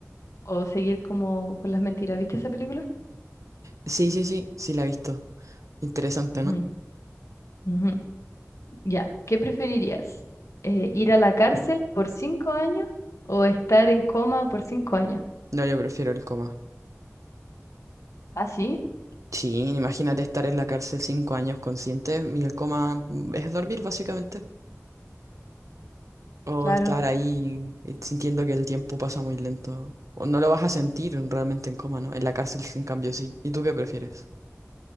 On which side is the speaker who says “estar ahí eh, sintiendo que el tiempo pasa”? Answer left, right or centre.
Right